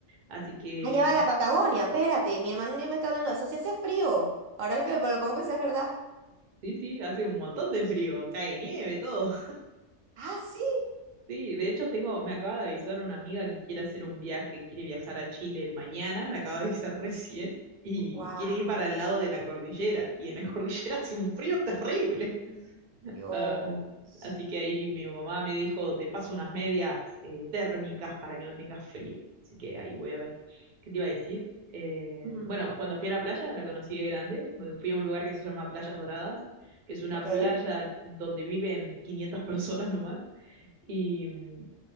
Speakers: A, on the right (about 50°); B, on the right (about 75°).
A: Así que
B: Allá
A: mm,
B: va la Patagonia, espérate, mi hermano un día me está hablando, eso sí hace frío. Ahora lo que lo pongo a es verdad.
A: sí, sí, hace un montón de frío, cae nieve, todo.
B: Ah, sí.
A: Sí, de hecho tengo, me acaba de avisar una amiga que quiere hacer un viaje, quiere viajar a Chile mañana, me acaba de avisar recién, y
B: Wow.
A: quiere ir para el lado de la cordillera, y en la <laughs> cordillera hace un frío terrible.
B: Dios.
A: Ah, así que ahí mi mamá me dijo, te paso unas medias eh, térmicas para que no tengas frío. Así que ahí voy a ver. ¿Qué te iba a decir? Eh,
B: Ujú.
A: bueno, cuando fui a la playa, la conocí de grande, bueno, fui a un lugar que se llama Playas Doradas, que es una
B: Ok.
A: playa donde viven 500 <laughs> personas nomás. Y mm,